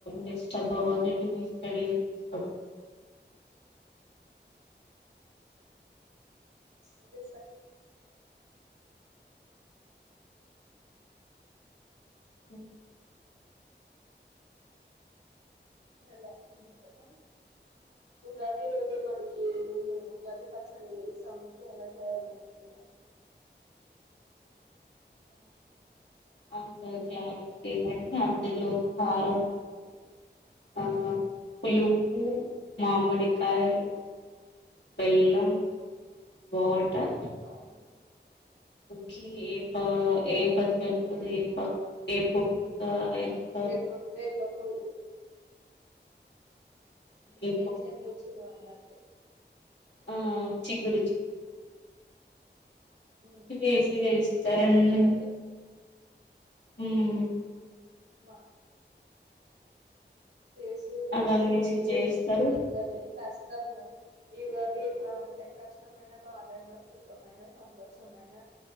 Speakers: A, on the left (about 70°); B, on the right (about 75°).
A: డిస్టార్బ్వ మీ స్స్
B: ఇెడు
A: హ
B: ఎలా అందుకేనా ఉగాది రోజు మరి మేము ఉగాది పచ్చడి తెలుసాముకు ఎలా చేయాలి ఏంటి
A: అంత క్లారిటీ లేదండి అందులో కారం ఉప్పు ఆ పులుపు మామిడికాయలు బెల్లం వాటర్
B: కావు
A: కి ఏప ఏప చెట్టు ఏ ప ఏప పూత ఏస్తారు
B: వేప వేప ఓ
A: ఎ
B: చెడు రుచులు అన్నట్టు ఇక
A: ఆ మ్మ్ చిగురు
B: ఉమ్,
A: పేస్ట్ చేస్తారండి
B: మామిడికాయ
A: హమ్మ్
B: మా చేసి
A: అవన్నీ
B: చేస్తారు
A: వేసి చేస్తారు
B: ఎందలోనే కష్టముగా ఈగాది ఎట్లానంటే కష్టమైన బాధ అయినా సుఖమైన సంతోషమైన